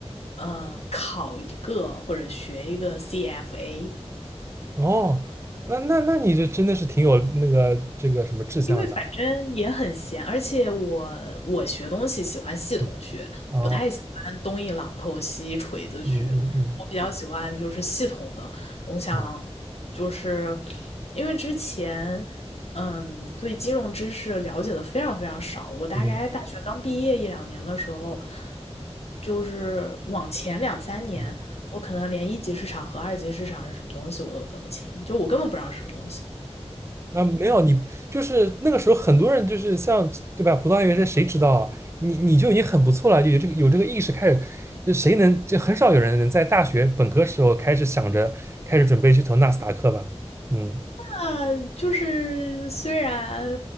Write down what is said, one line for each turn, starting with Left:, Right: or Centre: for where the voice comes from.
Left: 嗯，考一个或者学一个 CFA，
Right: 哦，那那那你这真的是挺有那个这个什么志向的。
Left: 因为反正也很闲，而且我我学东西喜欢系统学，
Right: 嗯哦，
Left: 不太喜欢东一榔头西一锤子学。
Right: 嗯嗯嗯
Left: 我比较喜欢就是系统的。我想就是
Right: 嗯
Left: 因为之前嗯对金融知识了解的非常非常少，我大概大学刚毕业一两年的时候，
Right: 嗯
Left: 就是往前两三年，
Right: 嗯。
Left: 我可能连一级市场和二级市场是什么东西我都分不清，就我根本不知道是什么东西。
Right: 啊，
Left: 嗯，
Right: 没有你，就是那个时候很多人就是像对吧？葡萄牙原声谁知道啊？你你就已经很不错了，就有这个有这个意识开始，就谁能就很少有人能在大学本科时候开始想着开始准备去投纳斯达克吧？嗯
Left: 啊，就是虽然